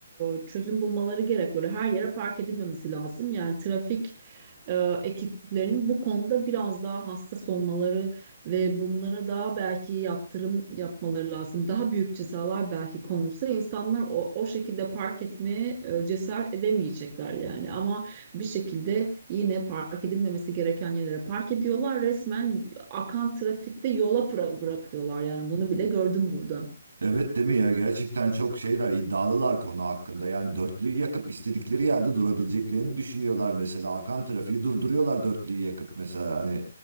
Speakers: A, on the right; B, on the right.
A: e, çözüm bulmaları gerek böyle her yere park edilmemesi lazım yani trafik e, ekiplerinin bu konuda biraz daha hassas olmaları ve bunlara daha belki yaptırım yapmaları lazım daha büyük cezalar belki konulsa insanlar o, o şekilde park etmeye e, cesaret edemeyecekler yani ama bir şekilde yine park edilmemesi gereken yerlere park ediyorlar. Resmen akan trafikte yola pra- bırakıyorlar yani bunu bile gördüm burada.
B: Evet değil mi ya? Gerçekten çok şeyler iddialılar konu hakkında. Yani dörtlüyü yakıp istedikleri yerde durabileceklerini düşünüyorlar mesela. Akan trafiği durduruyorlar dörtlüyü yakıp mesela. Hani